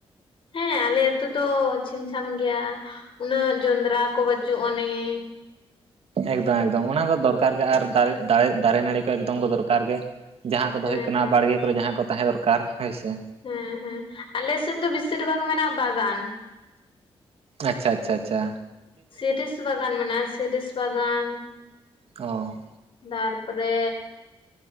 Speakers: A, on the left (about 55°); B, on the right (about 70°).
A: ᱦᱮᱸ ᱟᱞᱮ ᱟᱹᱛᱩ ᱫᱚ ᱪᱷᱤᱢ ᱪᱷᱟᱢ ᱜᱮᱭᱟ ᱩᱱᱟᱹᱜ ᱡᱚᱸᱰᱨᱟ ᱠᱚ ᱵᱟᱹᱪᱩᱜ ᱟᱹᱱᱤᱡ
B: ᱮᱠᱫᱚᱢ ᱮᱠᱫᱚᱢ ᱚᱱᱟ ᱠᱚ ᱫᱚᱨᱠᱟᱨ ᱜᱮ ᱟᱨ ᱫᱟᱨᱮ ᱫᱟᱲᱮ ᱫᱟᱨᱮ ᱱᱟᱹᱲᱤ ᱠᱚ ᱮᱠᱫᱚᱢ ᱠᱚ ᱫᱚᱨᱠᱟᱨ ᱜᱮ ᱡᱟᱦᱟᱸ ᱠᱚᱫᱚ
A: ᱦᱮᱸ
B: ᱦᱩᱭᱩᱜ ᱠᱟᱱᱟ
A: ᱦᱮᱸ
B: ᱵᱟᱲᱜᱮ ᱠᱚᱨᱮ ᱡᱟᱦᱟᱸ ᱠᱚ ᱛᱟᱦᱮᱸ ᱫᱚᱨᱠᱟᱨ ᱦᱟᱹᱭ ᱥᱮ
A: ᱦᱮᱸ ᱦᱮᱸ ᱟᱞᱮᱥᱮᱫ ᱫᱚ ᱵᱤᱥᱤᱨ ᱵᱷᱟᱜᱽ ᱢᱮᱱᱟᱜᱼᱟ ᱵᱟᱜᱟᱱ᱾
B: ᱟᱪᱷᱟ ᱟᱪᱷᱟ ᱟᱪᱷᱟ
A: ᱥᱤᱨᱤᱥ ᱵᱟᱜᱟᱱ ᱢᱮᱱᱟᱜᱼᱟ ᱥᱤᱨᱤᱥ ᱵᱟᱜᱟᱱ
B: ᱳ
A: ᱫᱟᱨᱯᱚᱨᱮ